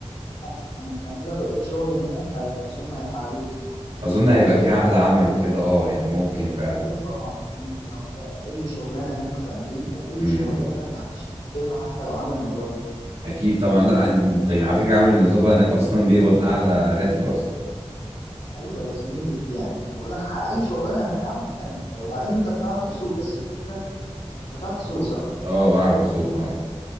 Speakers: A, on the left; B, on the right.
A: انت عم- انت عامه لو لقيت شغل هناك هي- اظن هيقعدوك يعني
B: اظن هيبقى في عقد عمل وكده اه يعني ممكن فعلا
A: ايوه طبعا يا زميلي لو انت في اي شغلانه هناك في امريكا اي
B: امم
A: شغلانه معلش في الكلمه حتى لو عامل نظافه يعني
B: اكيد طبعا لا ده على فكرة عامل النظافة هناك اصلا بيقبض اعلى راتب اصلا
A: ايوه يا زميلي دي يعني بقول لك ح- اي شغلانه هناك عامه انت وبعدين انت بتعرف تسوق بس الفكره انت بتعرف تسوق صح
B: اه بعرف اسوق اه